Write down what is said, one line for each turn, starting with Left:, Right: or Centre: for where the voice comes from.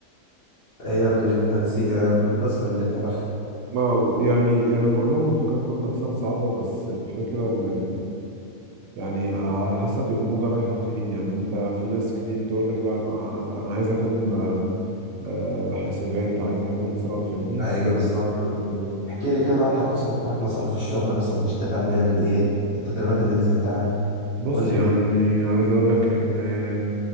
Left: هي اللي مش بالتنسيق آه، بالقسم اللي انت داخله
Right: ما يعني يعني كلهم على فكرة كل الأقسام صعبة بس الفكرة إنك يعني على حسب الموجة رايحة فين يعني أنت في ناس كتير تقول لك لا أنا أنا عايز أكون آه، حاسبات عايز يكون اتصالات فاهمني
Left: ايوه
Right: هكذا
Left: بالظبط
Right: بالظبط.
Left: احكي لي كده بقى عن القسم بتاعك مثلا في الشغل مثلا بيشتغل بيعمل ايه التدريبات اللي نزلتها
Right: بص
Left: قول لي
Right: يعني
Left: كده
Right: عايز اقول لك ان آه،